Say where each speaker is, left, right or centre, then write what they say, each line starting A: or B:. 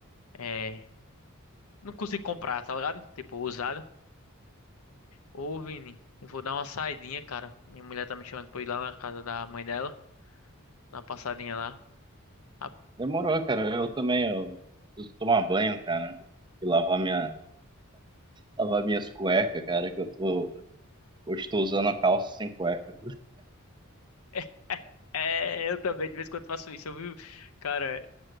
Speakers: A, on the left; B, on the right.
A: É, não consigo comprar, tá ligado? Tipo, usado. Ô, Vini, eu vou dar uma saidinha, cara. Minha mulher tá me chamando pra ir lá na casa da mãe dela. Dar uma passadinha lá. Ah,
B: demorou, cara. Eu também, eu preciso tomar banho, cara, e lavar minha, lavar minhas cuecas, cara, que eu tô, hoje tô usando a calça sem cueca.
A: É, <laughs> é, eu também de vez em quando faço isso, eu vi Cara,